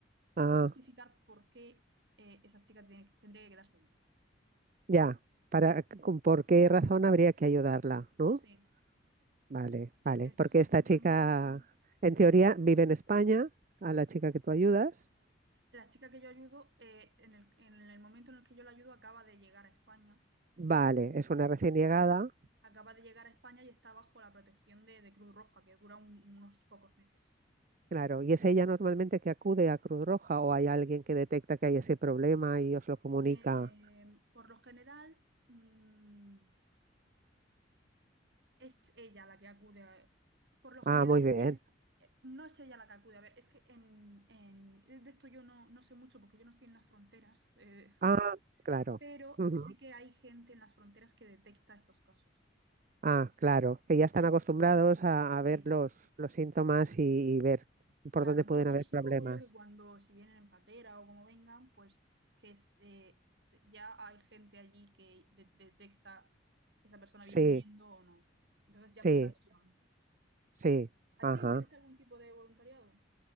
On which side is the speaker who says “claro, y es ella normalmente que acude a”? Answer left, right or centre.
Right